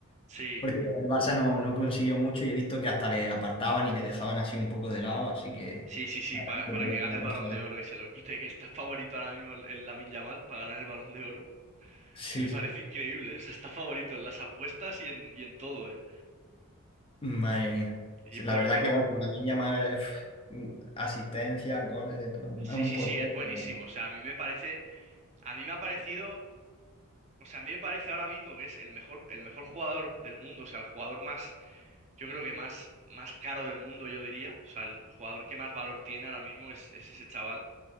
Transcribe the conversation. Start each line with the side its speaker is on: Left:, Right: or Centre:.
Right: sí,
Left: porque con el Barça no, no consiguió mucho y he visto que hasta le apartaban y le dejaban así un poco de lado, así que...
Right: sí, sí, sí, pa-
Left: Pero
Right: para
Left: puede
Right: que gane
Left: que alcance
Right: el Balón
Left: ahí.
Right: de Oro y se lo quite, que está favorito ahora mismo el, la Lamine Yamal para ganar el Balón de Oro. <laughs>
Left: Sí,
Right: Me parece
Left: sí.
Right: increíble, o sea, está favorito en las apuestas y en, y en todo, ¿eh?
Left: Madre mía.
Right: Y
Left: Sí,
Right: por,
Left: La verdad
Right: por...
Left: que, bueno, una niña más asistencia, goles, de todo. Es
Right: Sí,
Left: un
Right: sí,
Left: portento.
Right: sí, es buenísimo,
Left: pero-
Right: o sea, a mí me parece, a mí me ha parecido, o sea, a mí me parece ahora mismo que es el mejor, el mejor jugador del mundo, o sea, el jugador más, yo creo que más, más caro del mundo, yo diría, o sea, el jugador que más valor tiene ahora mismo es, es ese chaval,